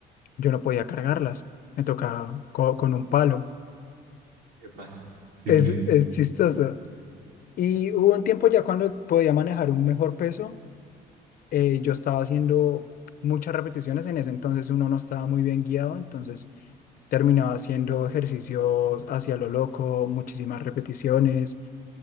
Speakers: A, on the left (about 60°); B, on the right (about 80°).
A: Yo no podía cargarlas, me tocaba co- con un palo.
B: Epa. Sí,
A: Es,
B: sí.
A: es chistoso. Y hubo un tiempo ya cuando podía manejar un mejor peso, eh, yo estaba haciendo muchas repeticiones, en ese entonces uno no estaba muy bien guiado, entonces terminaba haciendo ejercicios hacia lo loco, muchísimas repeticiones,